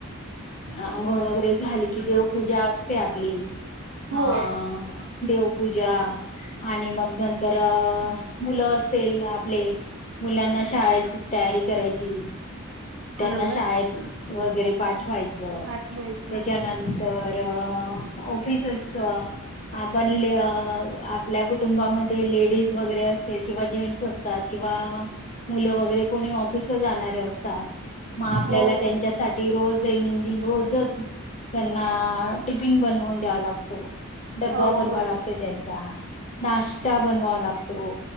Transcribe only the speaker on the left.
आंघोळ वगैरे झाले की देवपूजा असते आपली
अ - देवपूजा आणि मग नंतर अ मुलं असेल आपले - मुलांना शाळेची तयारी करायची त्यांना
शाळेत वगैरे पाठवायच च
त्याच्यानंतर ऑफिस असत आपण आपल्या कुटुंबामध्ये लेडीज वगैरे असते किंवा जेंट्स असतात किवा मुलं वगैरे कोणी ऑफिस जाणारे असतात मग आपल्याला
त्यांच्यासाठी
रोज दैनंदिन रोजच त्यांना टिपिन बनवून द्यावा लागतो डब्बा
बनवा
लागते त्यांचा नाश्ता बनवावा लागतो